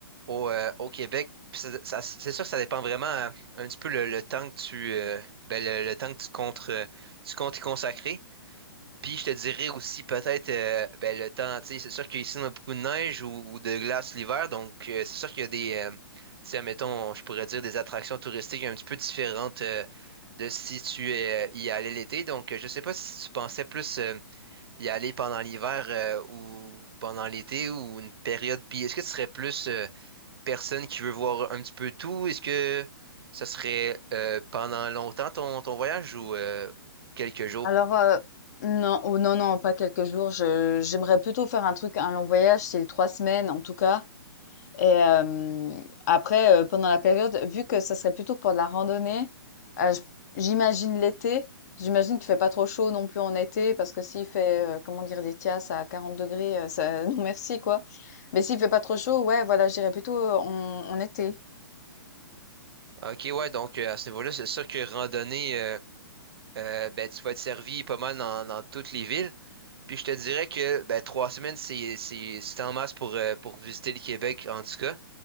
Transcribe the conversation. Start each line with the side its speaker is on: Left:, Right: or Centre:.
Right: au, euh, au Québec, pis ça, ça- c'est sûr que ça dépend vraiment euh, un petit peu le, le temps que tu euh, ben, le, le temps que tu comptes euh, tu comptes y consacrer. Puis je te dirais aussi peut-être euh, ben, le temps, tu sais, c'est sûr qu'ici on a beaucoup de neige ou, ou de glace l'hiver, donc euh, c'est sûr qu'il y a des euh, tu sais, mettons, je pourrais dire des attractions touristiques un petit peu différentes euh, de si tu euh, y allais l'été. Donc euh, je sais pas si tu pensais plus euh, y aller pendant l'hiver euh, ou pendant l'été ou une période? Puis est-ce que tu serais plus euh, personne qui veut voir un petit peu tout? Est-ce que ça serait euh, pendant longtemps ton, ton voyage ou euh, quelques jours?
Left: Alors, euh, Non, ou non, non, pas quelques jours. Je, j'aimerais plutôt faire un truc, un long voyage, c'est trois semaines en tout cas. Et euh, après, euh, pendant la période, vu que ça serait plutôt pour de la randonnée, euh, j- j'imagine l'été. J'imagine qu'il fait pas trop chaud non plus en été, parce que s'il fait, euh, comment dire, des tias à 40 degrés, euh, ça, <laughs> non merci quoi. Mais s'il fait pas trop chaud, ouais, voilà, j'irais plutôt en, en été.
Right: Ok, ouais, donc euh, à ce niveau-là, c'est sûr que randonnée, euh, euh, ben, tu vas être servi pas mal dans, dans toutes les villes. Puis je te dirais que ben, trois semaines, c'est c'est- c'est en masse pour, euh, pour visiter le Québec, en tout cas.